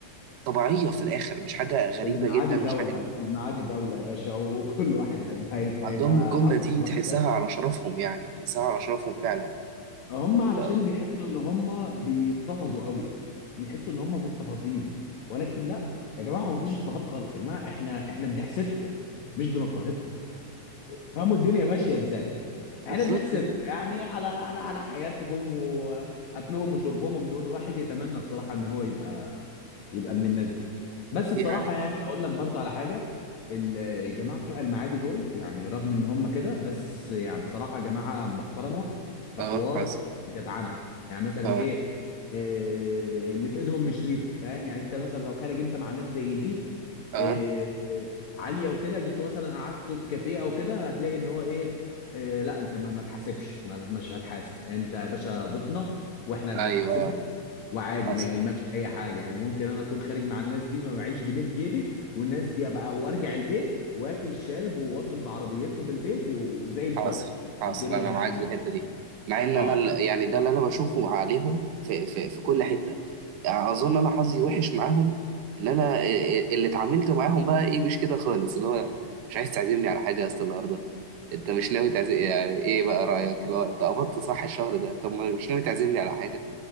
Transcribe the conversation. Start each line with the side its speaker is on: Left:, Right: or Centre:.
Right: طبيعيه في الاخر مش حاجه غريبه
Left: المعادي
Right: جدا مش
Left: دوله
Right: حاجه
Left: المعادي دوله يا باشا وكل واحد هي- هي-
Right: عندهم
Left: هيبقى
Right: الجمله
Left: عاوز
Right: دي
Left: ان هو
Right: تحسها
Left: يدافع
Right: على شرفهم يعني تحسها على شرفهم فعلا
Left: هم علشان
Right: آه.
Left: بيحسوا ان هم بيضطهدوا قوي بيحسوا ان هم مضطهدين ولكن لا يا جماعه هو مفيش اضطهاد خالص يا جماعه احنا احنا بنحسدكم مش بنضطهدكم فهموا الدنيا ماشيه ازاي احنا
Right: بالظبط
Left: بنحسدكم
Right: كده
Left: يعني على على على حياتهم واكلهم وشربهم دول الواحد يتمنى بصراحه ان هو يبقى يبقى من الناس دي بس بصراحه
Right: يعني
Left: يعني اقول لك برضو على حاجه الجماعه بتوع المعادي دول يعني رغم ان هم كده بس يعني بصراحه جماعه محترمه في
Right: اه
Left: حوار
Right: حصل
Left: جدعنه يعني مثلا
Right: اه
Left: ايه إيه، اللي في ايدهم مش ليهم فاهم يعني انت مثلا لو خارج انت مع ناس زي دي
Right: اه
Left: آه، آه، عاليه وكده جيته مثلا قعدته في كافيه او كده هتلاقي ان هو ايه آه لا انت ما ما تحاسبش ما- مش هتحاسب انت يا باشا ضيفنا واحنا اللي
Right: ايوه
Left: هنحاسب لك وعادي
Right: حاصل
Left: ما يهمكش اي حاجه يعني ممكن انا اكون خارج مع الناس دي ما معيش جنيه في جيبي والناس دي ابقى وارجع البيت واكل شارب وواصل بعربيتهم البيت و- وزي الفل
Right: حاصل حاصل
Left: والدنيا
Right: انا
Left: يعني
Right: معاك في الحته دي مع ان
Left: اه
Right: انا ال- يعني ده اللي انا بشوفه عليهم في في في كل حته يعني اظن انا حظي وحش معاهم ان انا إيه- اللي اتعاملت معاهم بقى ايه مش كده خالص اللي هو مش عايز تعزمني على حاجه يا اسطى النهارده انت مش ناوي تعزم يعني ايه بقى رايك اللي هو انت قبضت صح الشهر ده طب ما مش ناوي تعزمني على حاجه